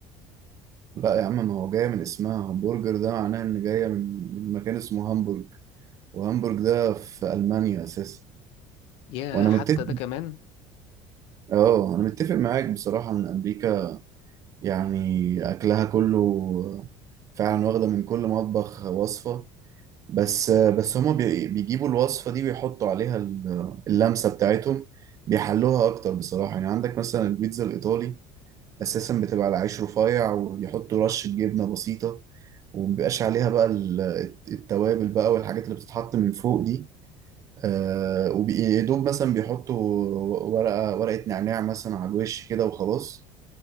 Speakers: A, on the right (about 30°); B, on the left (about 60°).
A: لا يا عم ما هو جاية من اسمها همبرجر ده معناه إن جاية من من مكان اسمه هامبورج وهامبورج ده في ألمانيا أساسا
B: يا
A: وانا
B: حتى
A: متفق
B: ده كمان
A: اه انا متفق معاك بصراحة ان امريكا يعني اكلها كله فعلا واخدة من كل مطبخ وصفة بس بس هما بي- بيجيبوا الوصفة دي ويحطوا عليها ال- اللمسة بتاعتهم بيحلوها اكتر بصراحة يعني عندك مثلا البيتزا الايطالي اساسا بتبقى على عيش رفيع ويحطوا رشة جبنة بسيطة ومبيبقاش عليها بقى ال- التوابل بقى والحاجات اللي بتتحط من فوق دي آه وبيدوب مثلا بيحطوا ورقة ورقة نعناع مثلا على الوش كده وخلاص